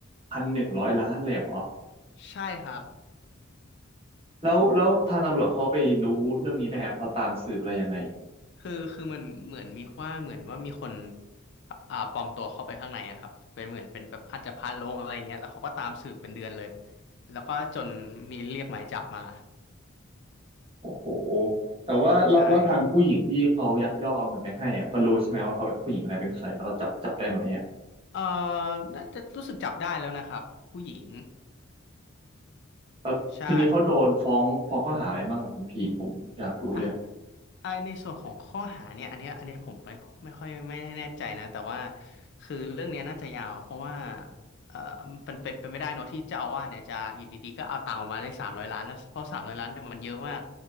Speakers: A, on the right; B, on the left.
A: พันหนึ่งร้อยล้านเลยเหรอ
B: ใช่ครับ
A: แล้วแล้วทางตำรวจเขาไปรู้เรื่องนี้ได้ไงเขาตามสืบอะไรยังไง
B: คือคือมันเหมือนมีว่าเหมือนว่ามีคนอ่าปลอมตัวเข้าไปข้างในอะครับเป็นเหมือนเป็นแบบอาจจะพาลงอะไรเงี้ยแล้วเขาก็ตามสืบเป็นเดือนเลย แล้วก็จนมีเรียกหมายจับมา
A: โอ้โหแต่ว่าแล้วแล้วทางผู้หญิงที่เขายักยอกเอาเงินไปให้อะก็รู้ใช่ไหมว่าเขาเป็นผู้หญิงอะไรเป็นใครแล้วเขาจับจับได้ไหมอ่ะ
B: ใช่ครับเอ่อน่าจะรู้สึกจับได้แล้วนะครับ ผู้หญิง
A: แล้วทีนี้เขาโดนฟ้องฟ้องข้อหาอะไรบ้างกับคุณพีผมอยากรู้เลยอะ
B: ใช่อ่ะ ไอในส่วนของข้อหาเนี่ยอันเนี้ยอันนี้ผมไปไม่ค่อยไม่แน่แน่ใจนะแต่ว่าคือเรื่องเนี้ยน่าจะยาวเพราะว่าเออมันเป็นเป็นไม่ได้เนาะที่เจ้าอาวาสเนี่ยจะอยู่ดีๆก็เอาตังค์ออกมาได้สามร้อยล้านแล้วเพราะสามร้อยล้านเนี่ยมันเยอะมาก